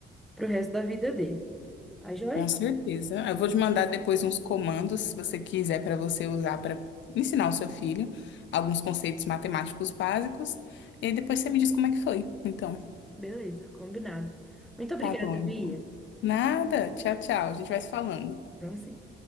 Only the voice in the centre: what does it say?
para o resto da vida dele. Tá joia?
Beleza, combinado. Muito obrigada,
Bia.
Vamos sim.